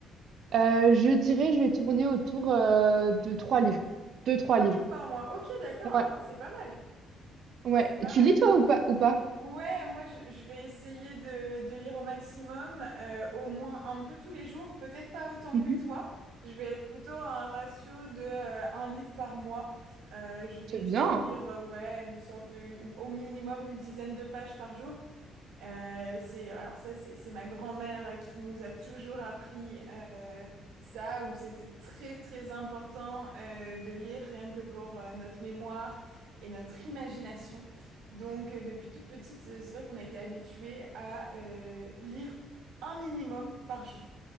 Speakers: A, on the right; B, on the right.
A: euh, je dirais, je vais tourner autour euh, de trois livres. Deux, trois
B: Trois
A: livres.
B: livres par mois. Ok, d'accord. Ah
A: Ouais,
B: oui, c'est pas mal.
A: ouais.
B: Pas
A: Et Tu
B: mal.
A: lis toi ou pas, ou pas?
B: Ouais, moi je, je vais essayer de, de lire au maximum, euh, au moins un peu tous les jours, peut-être pas autant
A: Mhm.
B: que toi. Je vais être plutôt à un ratio de euh, un livre par mois. Euh, je vais
A: C'est bien.
B: essayer de lire euh, ouais une sorte de une- au minimum une dizaine de pages par jour. Euh, c'est, alors ça, c'est c'est ma grand-mère qui nous a toujours appris euh, ça, où c'était très très important euh, de lire rien que pour euh, notre mémoire et notre imagination. Donc euh, depuis toute petite, euh, c'est vrai qu'on a été habitué à euh, lire un minimum par jour.